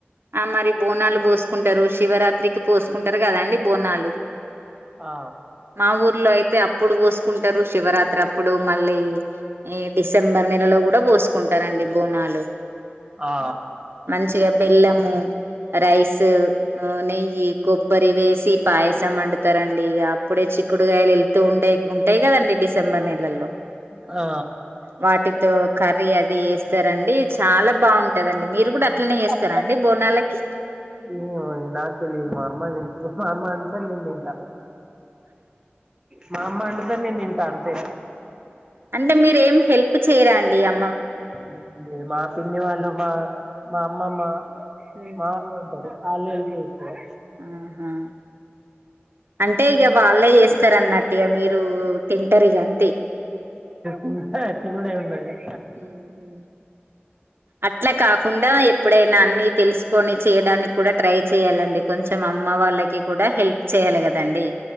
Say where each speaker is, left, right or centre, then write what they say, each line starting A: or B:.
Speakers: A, on the right (about 65°); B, on the right (about 15°).
A: ఆ మరి బోనాలు పోసుకుంటారు శివరాత్రికి పోసుకుంటారు కదా అండి బోనాలు
B: ఆ
A: మా ఊర్లో అయితే అప్పుడు పోసుకుంటారు శివరాత్రి అప్పుడు మళ్ళీ ఈ డిసెంబర్ నెలలో కూడా పోసుకుంటారండి బోనాలు
B: ఆ!
A: మంచిగా బెల్లము రైస్ నెయ్యి కొబ్బరి వేసి పాయసం వండుతారండి అప్పుడే చిక్కుడుగాయలు వెళ్తూ ఉండే ఉంటాయి కదండి డిసెంబర్ నెలల్లో
B: ఆ
A: వాటితో కర్రీ అది వేస్తారండి చాలా బాగుంటదండి మీరు కూడా అట్లనే
B: <unintelligible>
A: చేస్తారా అండి బోనాలకి
B: ఏమో అండి నీకు తెలియదు మా అమ్మ మా అమ్మ వండితే నేను తింటా మా అమ్మ వండితే నేను తింటా అంతే
A: అంటే మీర ఏం హెల్ప్ చేయరండి అ
B: <inaudible> మా పిన్ని వాళ్ళు మా మా అమ్మమ్మ
A: ఉమ్
B: మా వాళ్ళే ఉంటారు వాళ్లే చేస్తారు
A: ఆహా అంటే ఇగ వాళ్ళే చేస్తారు అన్నట్టు ఈగ మీరు తింటారు ఇగ అంతే
B: ఊ అహ తినుడు ఏముండదు ఇగ
A: ఉహు అట్లా కాకుండా ఎప్పుడైనా అన్ని తెలుసుకొని చేయడానికి కూడా ట్రై చేయ్యాలండి కొంచెం అమ్మ వాళ్ళకి కూడా హెల్ప్ చేయ్యాలి కదండి